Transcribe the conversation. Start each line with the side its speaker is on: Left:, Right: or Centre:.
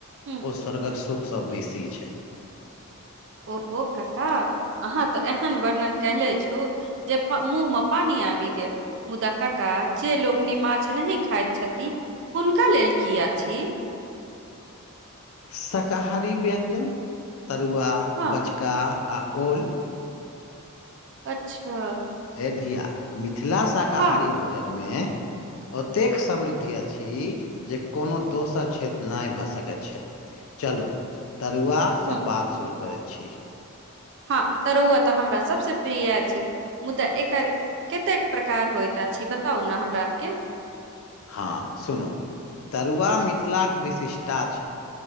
Right: हूँ
Left: ओ स्वर्ग कऽ सुख सँ बेसी छै
Right: ओहो कक्का अहाँ तऽ एहन वर्णन कैले छु जे प मुँहमे पानि आबि गेल मुदा कक्का जे लोक कनी माछ नहि खाइत छथि हुनका लेल की अछि
Left: शाकाहारी व्यंजन तरुआ
Right: हँ
Left: बचका आ ओल
Right: अच्छा
Left: ह धिया मिथिला शाकाहारी
Right: हँ
Left: भोजनमे ओतेक समृद्धि अछि जँ कोनो दोसर क्षेत्र नहि भऽ सकैत छै चलू तरुआ सँ
Right: ह
Left: बात शुरू करैत छी
Right: हँ तरुआ तऽ हमरा सबसँ प्रिय अछि मुदा एकर कतेक प्रकार होइत अछि बताउ ने हमरा आरके
Left: हँ सुनू तरुआ
Right: ह
Left: मिथिलाक विशिष्टा छै